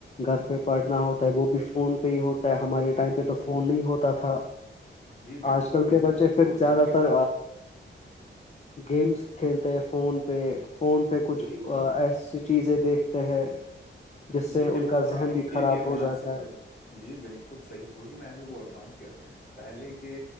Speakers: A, on the left; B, on the left.
A: گھر پہ پڑھنا ہوتا ہے وہ بھی فون پہ ہی ہوتا ہے ہمارے ٹائم پہ تو فون نہیں ہوتا تھا
B: جی بالکل
A: آج کل
B: وہی
A: کے
B: میں
A: بچے
B: بھی
A: پھر
B: بول
A: زیادہ
B: رہا ہوں کہ
A: تر
B: ہم
A: گیمس کھیلتے ہیں فون پہ فون پہ کچھ
B: جی وہی
A: ایسی چیزیں دیکھتے ہیں جس سے
B: جی
A: ان
B: جو وہ
A: کا ذہن
B: ان
A: بھی
B: کے
A: خراب
B: لیے
A: ہو
B: مناسب
A: جاتا ہے
B: جی بالکل صحیح وہی میں بھی بول رہا ہوں کہ پہلے کے